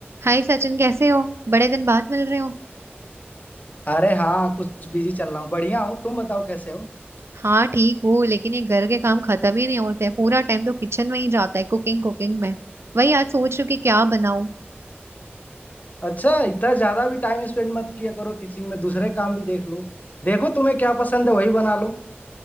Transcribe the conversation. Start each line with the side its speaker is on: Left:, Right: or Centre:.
Right: हाय सचिन कैसे हो बड़े दिन बाद मिल रहे हो
Left: अरे हाँ कुछ बिजी चल रहा हूँ बढ़िया हूँ तुम बताओ कैसे हो
Right: हाँ ठीक हो लेकिन ये घर के काम खत्म ही नहीं होते हैं पूरा टाइम तो किचन में ही जाता है कुकिंग कुकिंग में वही आज सोच रही हूँ कि क्या बनाऊँ
Left: अच्छा इतना ज्यादा भी टाइम स्पेंड मत किया करो किचन में दूसरे काम भी देख लो देखो तुम्हें क्या पसंद है वही बना लो